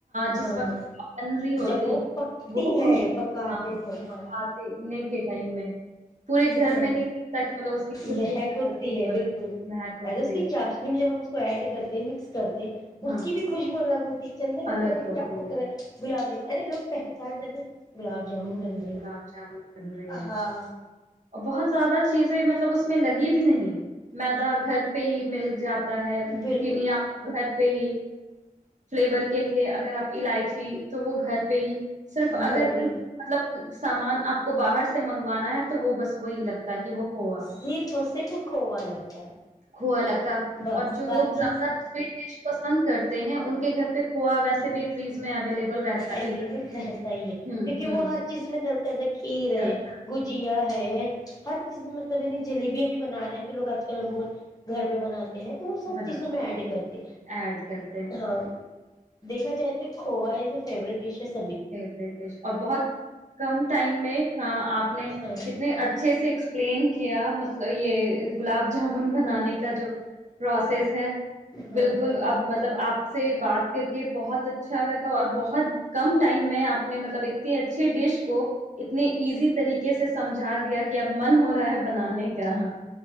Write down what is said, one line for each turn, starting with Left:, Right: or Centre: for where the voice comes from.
Left: ہاں
Right: جس وقت بن رہی ہوتی
Left: جب وہ
Right: ہے
Left: پکتی
Right: وہ خوشبو
Left: ہے پکاتے
Right: ہاں
Left: توب ہاں
Right: کھانے کے ٹائم میں پورے گھر
Left: ہاں
Right: میں نہیں ہوتا کہ مطلب اس کی خوشبوٹتی
Left: مہکتی
Right: ہے
Left: ہے بالکل ایسے اس کی چاشنی میں جب ہم اس ایڈ کرتے ہیں مکس کرتے اس
Right: ہاں
Left: کی بھی خوشبو الگ ہوتی ہے چلنے میںچے
Right: الگ ہوتی
Left: کیا فکر ہے گلاب ج ا لوگ پہچان جاتے ہیں گلاب جامن بن رہی
Right: گلاب
Left: ہے
Right: جامن بن رہی ہے
Left: ہاں
Right: بہت زیادہ چیزیں مطلب اس میں لگی بھی نہیں میدا گھر پہ ہی مل جات تا ہےن
Left: بالکل
Right: آپ گھر پہ ہی فلیور کے لیے اگر آپ الائچی تو وہ گھر پہ ہی صرف
Left: گھر
Right: اگر
Left: پہ
Right: کچھ سامان آپ کو باہر سے منگوانا ہے تو وہ بس وہی لگتا ہے کہ وہ کھووا
Left: صرف اور صرف کھووا لگتا ہے
Right: کھووا لگتا
Left: بس
Right: اور جو
Left: باقی
Right: لوگ زیادہ سویٹ ڈش کرتے ہیں ان کے گھر پہ کھو ویسے بھی فریج میں اویلیبل رہتا
Left: اویلیبل
Right: ہی
Left: رہتا ہی ہے
Right: ہوں
Left: کیونکہ
Right: ہوں
Left: وہ ہر جس میں ڈلتا جسے کھیر ہے
Right: چلتا
Left: گجی ہے ہر چیز مطلبعنی جلیبیاں بھی بنا رہے ہیں تو لوگ آج کل عموما گھر میں بناتے ہیں تو وہ سب
Right: بناتے
Left: چیزوں میں ایڈ کرتے
Right: ایڈ کرتے ہیں
Left: ہاں دیکا جائے تو کھوائی فوریٹ ڈشس
Right: فیورٹ ڈش اور بہت کم ٹائم میں ہ آپ نے
Left: ہاں
Right: کتنے اچھے سے پلین کیا یہ گلاب جامن بنانے کا جو پروسیس ہے
Left: ہاں
Right: بالکل
Left: ہاں
Right: اب مطلب آپ سے بات کر کے بہت اچھا لگا اور بہت کم ٹائم میں آپ نے مطلب اتنی اچھی ڈش کو اتنے ایزی طریقے سے سمجھا دیا کہ اب من ہو رہا ہے بنانے کا ہاں